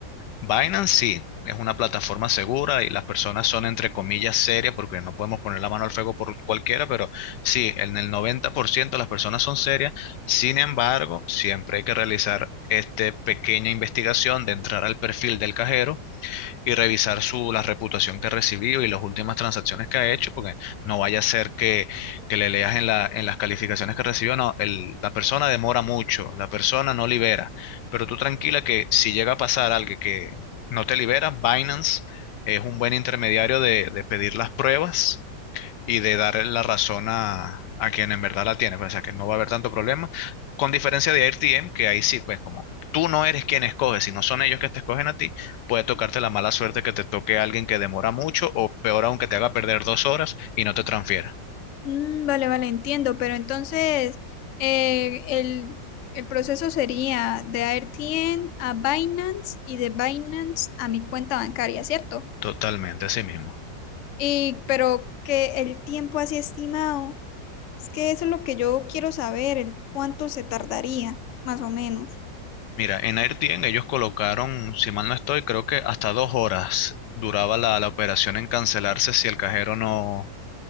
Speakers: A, on the left (about 75°); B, on the left (about 60°).
A: Binance sí, es una plataforma segura y las personas son entre comillas serias porque no podemos poner la mano al fuego por cualquiera, pero sí, en el 90% las personas son serias. Sin embargo, siempre hay que realizar esta pequeña investigación de entrar al perfil del cajero y revisar su, la reputación que ha recibido y las últimas transacciones que ha hecho, porque no vaya a ser que, que le leas en, la, en las calificaciones que recibió, no, el- la persona demora mucho, la persona no libera, pero tú tranquila que si llega a pasar algo que no te libera, Binance es un buen intermediario de, de pedir las pruebas y de dar la razón a, a quien en verdad la tiene, pues, o sea que no va a haber tanto problema, con diferencia de AirTM, que ahí sí, pues como tú no eres quien escoge, si no son ellos que te escogen a ti, puede tocarte la mala suerte que te toque a alguien que demora mucho o peor aún que te haga perder dos horas y no te transfiera.
B: Mm, vale, vale, entiendo, pero entonces eh, el, el proceso sería de AirTN a Binance y de Binance a mi cuenta bancaria, ¿cierto?
A: Totalmente, así mismo.
B: Y, pero que el tiempo así estimado, es que eso es lo que yo quiero saber, el cuánto se tardaría, más o menos.
A: Mira, en AirTM ellos colocaron, si mal no estoy, creo que hasta dos horas duraba la, la operación en cancelarse si el cajero no,